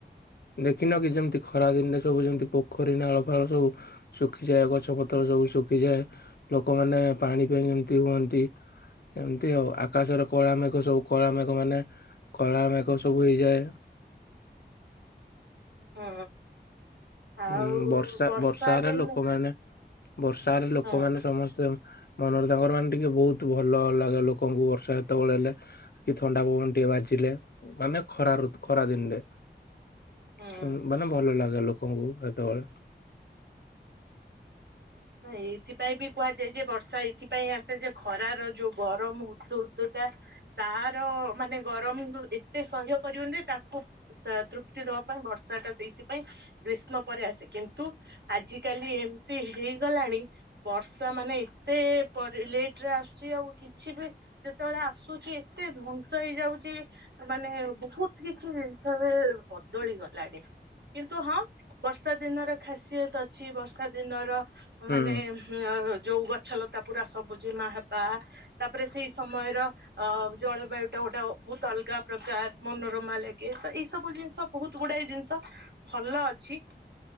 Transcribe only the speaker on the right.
ହୁଁ। ଆଉ
ଦିନେ
ହୁଁ
ହୁଁ।
ହଁ ଏଇଥିପାଇଁ ବି କୁହାଯାଏ ଯେ ବର୍ଷା ଏଇ ଥିପାଇଁ ଆସେ ଯେ ଖରାର ଯୋଉ ଗରମ ହୁତୁ ହୁତୁ ଟା ତାର ମାନେ ଗରମରୁ ଏତେ ସହ୍ୟ କରିବନି ଯେ ତାକୁ ତା ତୃପ୍ତି ଦବା ପାଇଁ ବର୍ଷା ଟା ସେଇଥିପାଇଁ ଗ୍ରୀଷ୍ମ ପରେ ଆସେ କିନ୍ତୁ ଆଜି କାଲି ଏମିତି ହେଇଗଲାଣି ବର୍ଷା ମାନେ ଏତେ ପରେ ଲେଟ ରେ ଆସୁଚି ଆଉ କେ କିଛି ବି ଯେତେବେଳେ ଆସୁଚି ଏତେ ଧ୍ଵଂସ ହେଇଯାଉଚି ମାନେ ବହୁତ କିଛି ଜିନିଷ ଏବେ ବଦଳି ଗଲାଣି। କିନ୍ତୁ ହଁ ବର୍ଷା ଦିନର ଖାସିୟତ ଅଛି। ବର୍ଷା ଦିନର
ମାନେ ଯୋଉ ଗଛ ଲତା ପୁରା ସବୁଜିମା ହବା, ତାପରେ ସେଇ ସମୟର ଅ ଜଳବାୟୁ ଟା ଗୋଟେ ବହୁତ ଅଲଗା ପ୍ରକାର ମନୋରମା ଲାଗେ। ତ ଏଇ ସବୁ ଜିନିଷ ବହୁତ ଗୁଡାଏ ଜିନିଷ ଭଲ ଅଛି।